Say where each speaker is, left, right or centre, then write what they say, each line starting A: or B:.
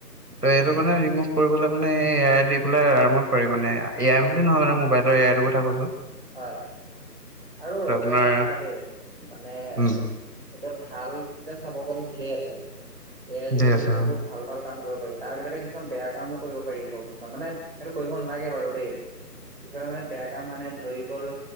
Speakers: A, on the right (about 70°); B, on the right (about 35°).
A: টো এইটো মানে ৰেমোভ কৰিবলে মানে এআই দি পেলাই আৰামত পাৰি মানে এ আই বুলি নহয় মানে মোবাইল এআই টো কথা কৈছোঁ।
B: হয় আৰু
A: আপোনাৰ
B: এটা কথা দে মানে
A: উম
B: এতিয়া ভালকে চাব গলে ধেৰ আছে এ আই
A: ধেৰ
B: যোগেদি
A: আছে
B: বহুত
A: অ
B: ভাল ভাল কাম কৰিব পাৰি। তাৰ ভিতৰতে কিছুমান বেয়া কামো কৰিব পাৰি আক কিছুমান, মানে সেইটো কৰিব নালাগে বাৰু দেই। কিছুমানে মানে বেয়া কাম মানে। ধৰি গ'ল